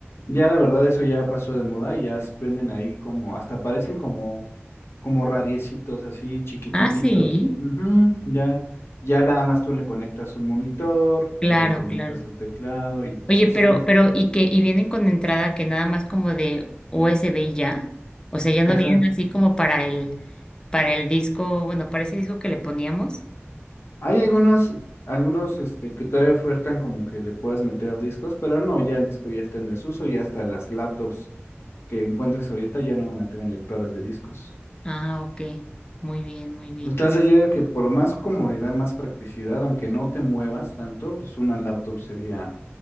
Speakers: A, on the left (about 65°); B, on the left (about 20°).
A: ya la verdad eso ya pasó de moda y ya s- venden ahí como, hasta parecen como, como radiecitos así chiquitititos.
B: Ah, sí.
A: Ujú, ya, ya nada más tú le conectas un monitor
B: Claro,
A: y le conectas
B: claro.
A: tu teclado y
B: Oye,
A: pues
B: pero,
A: sí, pues,
B: pero, ¿y que ¿Y vienen con entrada que nada más como de USB y ya? O sea, ya
A: esa-
B: no vienen así como para el, para el disco, bueno, para ese disco que le poníamos.
A: hay
B: Y-
A: algunos, algunos este que todavía ofertan como que le puedas meter discos, pero no, ya el disco ya está en desuso, y hasta las laptops que encuentres ahorita ya no van a tener lectores de discos.
B: Ah, ok. Muy bien, muy bien.
A: Entonces yo digo que por más comodidad, más practicidad, aunque no te muevas tanto, pues una laptop sería